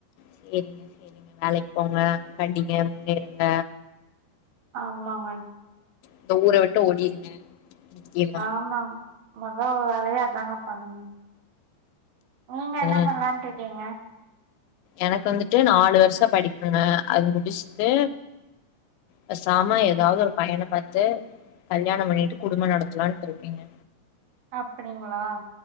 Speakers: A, on the left; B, on the right.
A: சேரிங்க சேரிங்க வேலைக்கு போங்க படிங்க முன்னேறுங்க
B: ஆமாங்க
A: இந்த ஊர விட்டு ஓடிருங்க முக்கியமா
B: ஆமா மொத வேலையா அதாங்க பண்ணணு நீங்க என்ன
A: ம்
B: பண்லான்ட்ருக்கீங்க
A: எனக்கு வந்துட்டு நாலு வர்ஷ படிப்புங்க அது முடிச்ட்டு பேசாம ஏதாவ்து ஒரு பையன பாத்து கல்யாணம் பண்ணிட்டு குடும்ப நடத்லான்ட்ருக்கேங்க
B: அப்படிங்களா